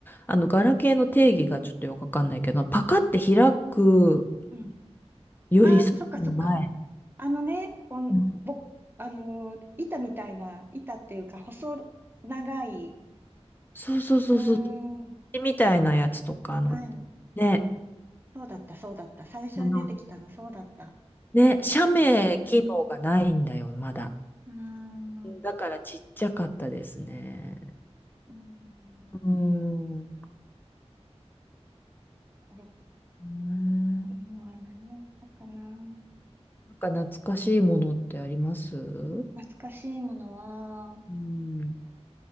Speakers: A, on the left; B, on the right.
A: あの、ガラケーの定義がちょっとよくわかんないけど、パカって開く
B: うん。
A: よりさらに前。
B: ああ、そっかそっか。あのね、この、
A: うん
B: ぼ、あのー、板みたいな、板っていうか、細長い、
A: そうそうそうそうそ
B: うーん、
A: う。みたいなやつとか、あの、
B: はい。
A: ね、
B: そうだった、そうだった。最初に出てきたの、
A: あの、
B: そうだった。
A: ね、写メ機能がないんだよ、
B: うん。
A: まだ。
B: うーん。
A: うんだからちっちゃかったですね。
B: うーん、
A: うん。う
B: 5、6
A: ん
B: 回には何だったかな。
A: なんか懐かしいものってありますう
B: 懐かしいものは、
A: ん。